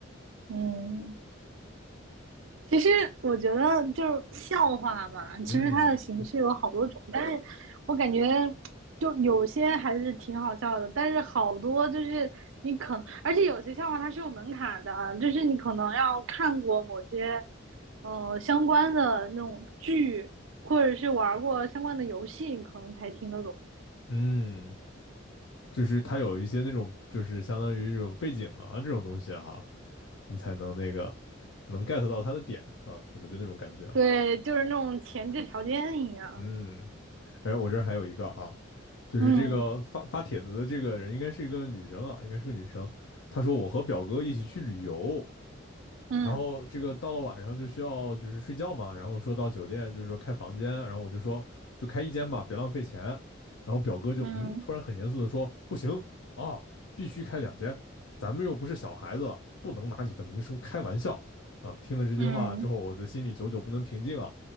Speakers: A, on the right; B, on the left.
A: 嗯。其实我觉得就是笑话嘛，其实它的形式有好多种，
B: 嗯
A: 但是我感觉就有些还是挺好笑的，但是好多就是你可能，而且有些笑话它是有门槛的啊，就是你可能要看过某些呃相关的那种剧，或者是玩过相关的游戏，你可能才听得懂。
B: 嗯，就是它有一些那种就是相当于这种背景啊这种东西哈、啊你才能那个能 get 到它的点啊，是不是就那种感觉啊，
A: 对，就是那种前置条件一样。
B: 嗯，哎，我这儿还有一个啊，就是这个发发帖子的这个人应该是一个女生啊，
A: 嗯
B: 应该是个女生。她说我和表哥一起去旅游，
A: 嗯
B: 然后这个到了晚上就需要就是睡觉嘛，然后说到酒店就是说开房间，然后我就说就开一间吧，别浪费钱。然后表哥就嗯，
A: 嗯
B: 突然很严肃的说不行啊，必须开两间，咱们又不是小孩子了，不能拿你的名声开玩笑啊。听了这句话之后，
A: 嗯，嗯
B: 我的心里久久不能平静啊。